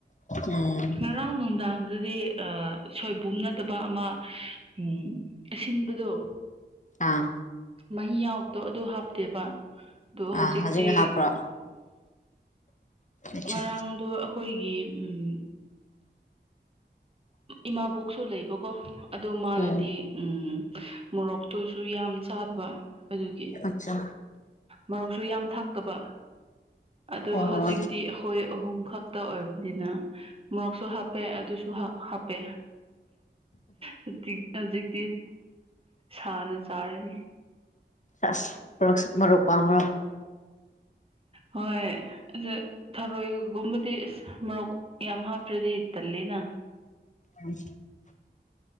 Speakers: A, on the left; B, on the right.
A: ꯎꯝ
B: ꯉꯔꯥꯡ ꯅꯨꯡꯗꯥꯡꯗꯨꯗꯤ ꯁꯣꯏꯕꯨꯝꯅꯗꯕ ꯑꯃ ꯎ ꯑꯁꯤꯟꯕꯗꯣ
A: ꯑꯥ
B: ꯃꯍꯤ ꯌꯥꯎꯕꯗꯣ ꯑꯗꯨ ꯍꯥꯞꯇꯦꯕ ꯑꯗꯣ ꯍꯧꯖꯤꯛꯇꯤ
A: ꯑꯥ ꯍꯧꯖꯤꯛꯅ ꯍꯥꯞꯄ꯭ꯔꯣ ꯑꯆꯥ
B: ꯉꯔꯥꯡꯗꯣ ꯑꯩꯈꯣꯏꯒꯤ ꯎꯝ ꯏꯃꯥꯕꯣꯛꯁꯨ ꯂꯩꯕꯀꯣ ꯑꯗ ꯃꯥꯅꯗꯤ
A: ꯎꯝ
B: ꯎꯝ ꯃꯣꯔꯣꯛꯇꯨꯁꯨ ꯌꯥꯝ ꯆꯥꯗꯕ ꯑꯗꯨꯒꯤ
A: ꯑꯆꯥ
B: ꯃꯔꯧꯁꯨ ꯌꯥꯝ ꯊꯥꯛꯇꯕ ꯑꯗꯣ
A: ꯑꯣ
B: ꯍꯧꯖꯤꯛꯇꯤ ꯑꯩꯈꯣꯏ ꯑꯍꯨꯝ ꯈꯛꯇ ꯑꯣꯏꯕꯅꯤꯅ ꯃꯣꯔꯣꯛꯁꯨ ꯍꯥꯞꯄꯦ ꯑꯗꯨꯁꯨ ꯍꯥꯞꯄꯦ ꯍꯧꯖꯤꯛ ꯍꯧꯖꯤꯛ ꯁꯥꯅ ꯆꯥꯔꯅꯤ
A: ꯑꯁ ꯃꯔ ꯃꯔꯨꯞ ꯄꯥꯝꯃꯣ
B: ꯍꯣꯏ ꯑ ꯊꯔꯣꯏꯒꯨꯝꯕꯗꯤ ꯑꯁ ꯃꯔꯣꯛ ꯌꯥꯝ ꯍꯥꯞꯇ꯭ꯔꯗꯤ ꯇꯜꯂꯦꯅ
A: ꯎꯝ